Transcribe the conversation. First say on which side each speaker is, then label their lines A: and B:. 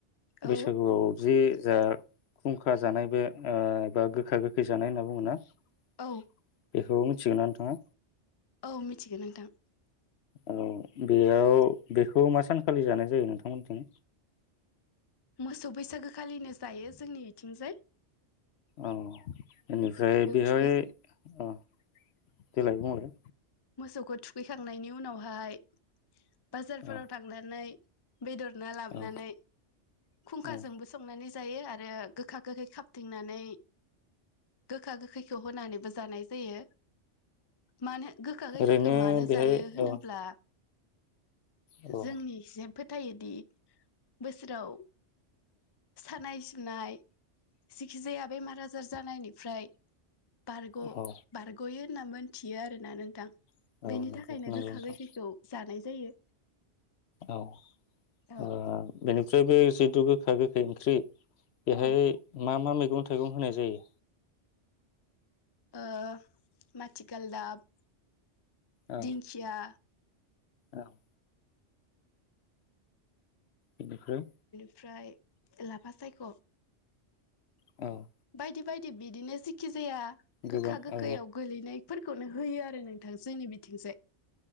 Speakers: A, on the left; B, on the left.
A: औ
B: बैसागुआव जे जा खुंखा जानाय बे ओ एबा गोखा गोखै जानाय होनना बुङो ना <unintelligible>
A: औ
B: बेखौ मिथिगोनना नोंथाङा
A: औ मिथिगोन नोंथां।
B: औ बेयाव बेखौ मा सानखालि जानाय जायो नोंथांमोनथिं
A: मोसौ बैसागोखालिनो जायो जोंनि इथिंजाय
B: औ बेनिफ्राय बेहाय
A: थुखै
B: अ देेलाय बुंलाय
A: मोसौखौ थुखैखांनायनि उनावहाय बाजारफोराव
B: औ
A: थांनानै बेदर ना लाबोनानै
B: औ
A: खुंखाजोंबो
B: औ
A: संनानै जायो आरो गोखा गोखै खाबथिंनानै गोखा गोखैखौ होनानैबो जानाय जायो। मानो गोखा गोखैखो
B: ओरैनो
A: मानो
B: बेहाय
A: जायो होनोब्ला
B: औ औ
A: जोंनि जोबोद फोथायोदि बोसोराव सानाय सि नाय। जिखिजाया बेमार आजार जानायनिफ्राय बारग'
B: औ
A: बारग'यो होनना मोनथियो आरोना नों थां
B: औ
A: बेनि
B: नंगौ
A: थाखायनो
B: नंगौ
A: गोखा
B: नोंथां
A: गोखैखौ जानाय जायो।
B: औ
A: औ
B: ओ बेनिफ्राय बे जे गोखा गोखै ओंख्रि बेहाय
A: औ
B: मा मा मै <inaudible> गं थाइगं होनाय जायो?
A: ओ माथि गालदाब
B: औ
A: दिंखिया
B: औ बेनिफ्राय
A: ओमफ्राय लाफा सायख
B: औ
A: बायदि बायदि बिदिनो जेखि जाया
B: गोबां
A: गोखा गोखैयाव
B: औ
A: गोलैनाय फोरखौनो होयो आरो नोंथां जोंनि बिथिंजाय।